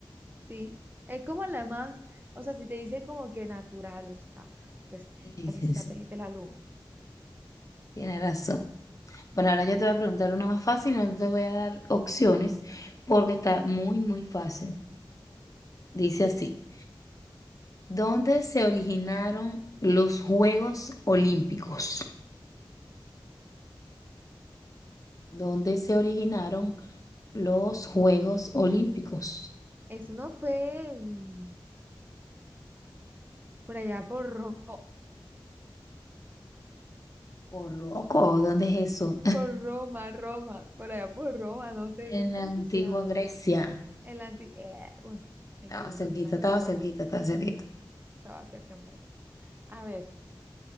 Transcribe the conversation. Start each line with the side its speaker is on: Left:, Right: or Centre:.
Right: Sí, es como la más, o sea, si te dicen como que natural, o sea, pues
Left: Sí,
Right: el
Left: sí,
Right: satélite
Left: sí,
Right: de la Luna.
Left: tienes razón. Bueno, ahora yo te voy a preguntar una más fácil, no te voy a dar opciones porque está muy, muy fácil. Dice así, ¿dónde se originaron los Juegos Olímpicos? ¿Dónde se originaron los Juegos Olímpicos?
Right: Eso no fue mm, por allá por Roma.
Left: Por loco, ¿dónde es eso?
Right: Por Roma, Roma, por allá por Roma, no sé,
Left: En
Right: eso es
Left: la
Right: como
Left: antigua
Right: que se llama.
Left: Grecia.
Right: En la antigua, bueno, me
Left: Estaba
Right: equivoqué,
Left: cerquita,
Right: en la antigua
Left: estaba cerquita,
Right: Grecia.
Left: estaba cerquita.
Right: Estaba cerca en verdad. A ver,